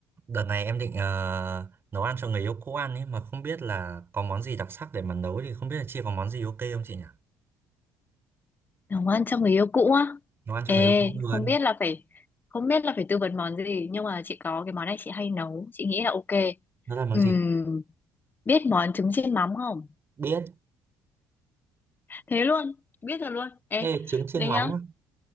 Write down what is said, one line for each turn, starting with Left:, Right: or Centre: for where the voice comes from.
Right: Đợt này em định ờ, nấu ăn cho người yêu cũ ăn ấy mà không biết là có món gì đặc sắc để mà nấu thì không biết là chị có món gì ok không chị nhỉ?
Left: nấu ăn cho người yêu cũ á
Right: Nấu ăn cho
Left: ê
Right: người yêu cũ luôn.
Left: không biết là phải không biết là phải tư vấn món gì nhưng mà chị có cái món này chị hay nấu chị nghĩ là ok
Right: Nó là món
Left: Ừm,
Right: gì?
Left: biết món trứng chiên mắm không
Right: Biết.
Left: thế luôn biết rồi luôn ê
Right: Ê, trứng chiên
Left: đây
Right: mắm
Left: nhá
Right: á.